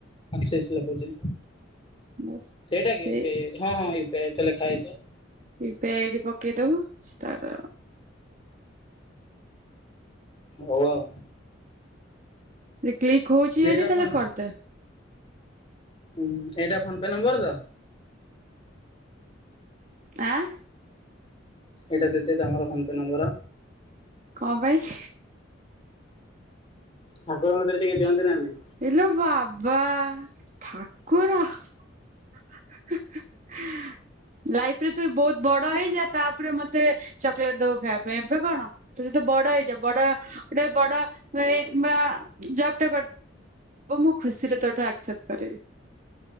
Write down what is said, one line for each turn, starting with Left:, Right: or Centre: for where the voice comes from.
Left: ସେସ ଲେଖୁଛି।
Right: ବାସ୍
Left: ଏଇଟା
Right: ସେଇ
Left: କି ୟୁ ପି ଆଇ ହଁ ହଁ ୟୁ ପି ଆଇ ତ ଲେଖା ହେଇଛି।
Right: ୟୁ ପି ଆଇଡି ପକେଇଦବୁ ସେ ତାର।
Left: ଓ ଆଉ।
Right: କ୍ଲିକ୍ ହଉଛି
Left: ଏଇଟା
Right: ଆଦି ତାହେଲେ
Left: ଫୋନ
Right: କରିଦେ।
Left: ହୁଁ ଏଇଟା ଫୋନ ପେ ନମ୍ବର ତ?
Right: ଆଁ।
Left: ଏଇଟା ଦିଦି ତମର ଫୋନ ପେ ନମ୍ବର।
Right: କଁ ପାଇଁ?
Left: ଠାକୁରଙ୍କ ତିରେ ଟିକେ ଦିଅନ୍ତି ନା ନାଇଁ।
Right: ଇଲୋ ବାବା ଠାକୁର। <inaudible> ଲାଇଫ ରେ ତୁ ବହୁତ ବଡ ହେଇଯା ତାପରେ ମତେ ଚକୋଲେଟ ଦବୁ ଖାଇବା ପାଇଁ ଏବେ କଣ? ତୁ ଯ ତେ ବଡ ହେଇଯା ବଡ ଗୋଟେ ବଡ ଏ ବା ଜବ୍ ଟେ କ ବ ମୁଁ ଖୁସିରେ ତୋଟୁ ଆକ୍ସେପ୍ଟ କରିବି।